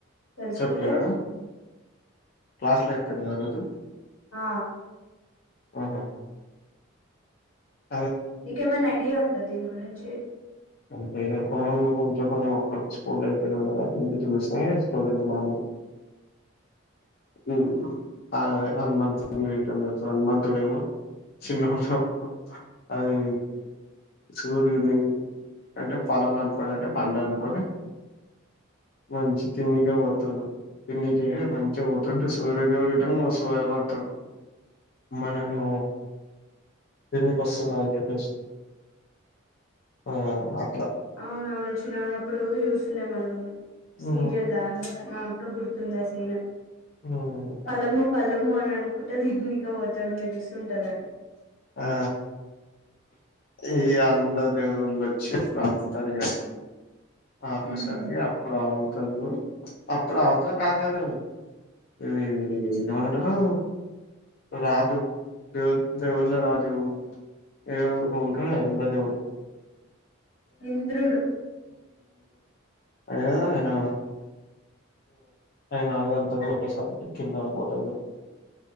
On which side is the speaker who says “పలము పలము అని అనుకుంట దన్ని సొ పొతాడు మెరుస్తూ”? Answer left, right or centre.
Left